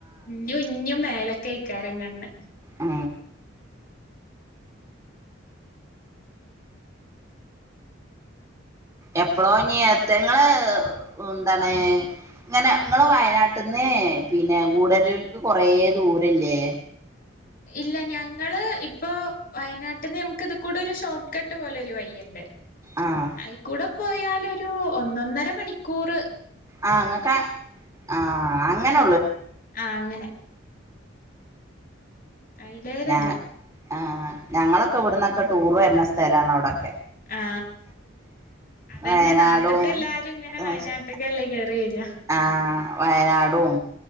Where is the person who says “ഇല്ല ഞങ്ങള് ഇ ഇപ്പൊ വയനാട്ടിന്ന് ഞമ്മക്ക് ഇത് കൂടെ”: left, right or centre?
Left